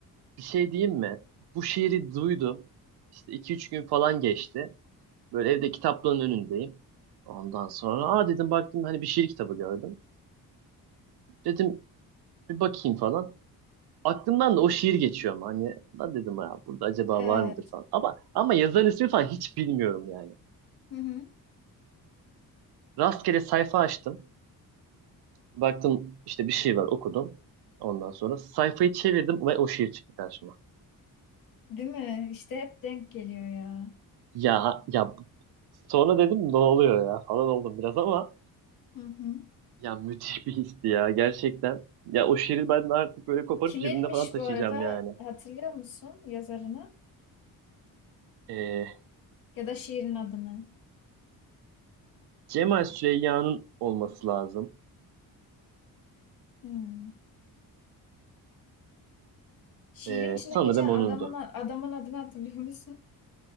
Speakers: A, on the right; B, on the left.
A: bir şey diyeyim mi? Bu şiiri duydum. İşte iki üç gün falan geçti. Böyle evde kitaplığın önündeyim. Ondan sonra aa dedim baktım hani bir şiir kitabı gördüm. Dedim bir bakayım falan. Aklımdan da o şiir geçiyor ama hani lan dedim ya burada acaba
B: Evet.
A: var mıdır falan. Ama ama yazarın ismi falan hiç bilmiyorum yani.
B: Hı hı.
A: Rastgele sayfa açtım. Baktım işte bir şey var okudum. Ondan sonra sayfayı çevirdim ve o şiir çıktı karşıma.
B: Değil mi? İşte hep denk geliyor ya.
A: Ya ya sonra dedim ne oluyor ya falan oldum biraz ama
B: Hı hı.
A: ya müthiş bir histi ya gerçekten. Ya o şiiri ben artık böyle koparıp
B: Kiminmiş
A: cebimde falan taşıyacağım
B: bu arada
A: yani.
B: hatırlıyor musun yazarını?
A: Ee,
B: Ya da şiirin adını.
A: Cemal Süreyya'nın olması lazım.
B: Hmm. Şiirin
A: Ee,
B: içinde
A: sanırım
B: geçen adamın
A: onundu.
B: adamın adını hatırlıyor musun?